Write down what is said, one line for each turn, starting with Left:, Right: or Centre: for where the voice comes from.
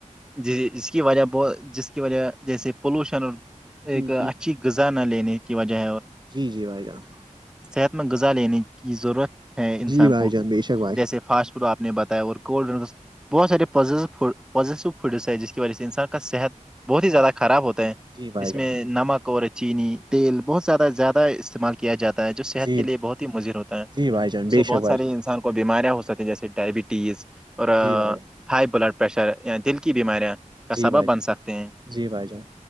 Centre: جی جس کی وجہ ب جس کی وجہ جیسے پولوشن اور
Right: جی
Centre: ایک
Right: جی
Centre: اچھی غذا نہ لینے کی وجہ ہے اور
Right: جی جی بھائی جان
Centre: صحت مند غذار لین کی ضرورت ہیں انسان
Right: جی بھائی
Centre: کو
Right: جان بے شک بھائی
Centre: جیسے فاسٹ فوڈ آپ نے بتایا اور کولڈ ڈرنکس بہت سارے پیو فڈ ہیں جس کی وجہ سے انسان کا صحت بہت ہی زیادہ خراب ہوتے ہیں
Right: جی بھائی
Centre: اس
Right: جان
Centre: میں نمک اور چینی تیل بہت زیادہ زیادہ استعمال کیا جاتا ہے جو صحت
Right: جی
Centre: کے لیے بہت ہی مضر ہوتا ہے
Right: جی بھائی جان
Centre: اسے
Right: بے
Centre: بہت
Right: شک بھائی
Centre: سارے
Right: جان
Centre: انسان کو بیماریاں ہو سک ہیں جیے ڈائبٹیز اور
Right: جی بھائی جان
Centre: ہائی بلڈ پریشر یا دل کی بیماریاں کا
Right: جی
Centre: سبب
Right: بھائی جان
Centre: بن سکتے ہیں
Right: جی بھائی جان